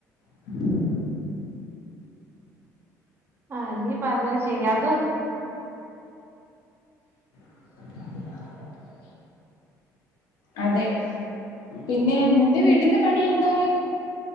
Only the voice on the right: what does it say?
ആ നീ പറഞ്ഞത് ശരി അത്